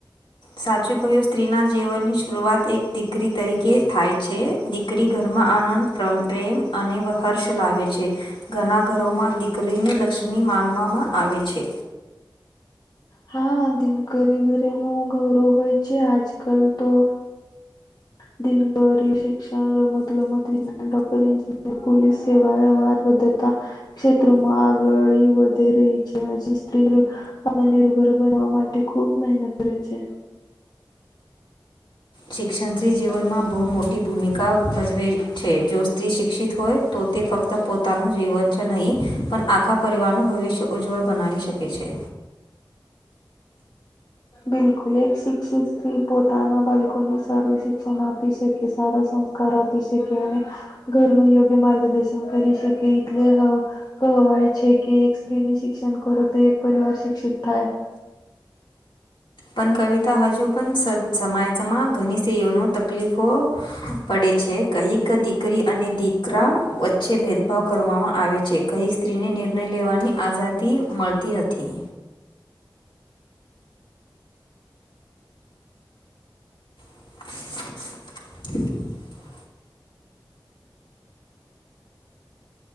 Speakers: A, on the left; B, on the left.
A: સાચું કહ્યું, સ્ત્રીના જીવનની શરૂઆત એક દીકરી તરીકે થાય છે. દીકરી ઘરમાં આનંદ પ્ર પ્રેમ અને વ હર્ષ લાવે છે. ઘણા ઘરોમાં દીકરીને લક્ષ્મી માનવામાં આવે છે.
B: હા, દિનકરી ઘરીનું ગૌરવ હોય છે, આજ કલ તો <unintelligible> શિક્ષણ, રમત ગમત, વિજ્ઞાન, ડોક્ટર, એન્જિનિયર, પોલીસ સેવા <unintelligible> બદ્ધતા. ક્ષેત્રોમાં આગળ ઈ વધી રહી છે. હજી સ્ત્રી અને નિર્ભર બનવા માટે ખૂબ મહેનત કરે છે.
A: શિક્ષણથી જીવનમાં બોવ મોટી ભૂમિકા ભજવે છે. જો સ્ત્રી શિક્ષિત હોય તો તે ફક્ત પોતાનું જીવન છ નહીં પણ, આખા પરિવારનું ભવિષ્ય ઉજ્જવળ બનાવી શકે છે.
B: બિલકુલ, એક શિક્ષિત સ્ત્રી પોતાના બાલકોને સારું શિક્ષણ આપી શકે. સારા સં કાર આપી શકે અને ઘરનું યોગ્ય માર્ગદર્શન કરી શકે એટલે હ કહવાય છે કે એક સ્ત્રીને શિક્ષણ કરો તો એક પરિવાર શિક્ષિત થાય.
A: પણ કવિતા, હજુ પણ સ સમાજમાં ઘણી સ્ત્રીઓનો તકલીફો પડે છે. કહીક દીકરી અને દીકરા વચ્ચે ભેદભાવ કરવામાં આવે છે. કહી સ્ત્રીને નિર્ણય લેવાની આઝાદી મળતી નથી. <inaudible>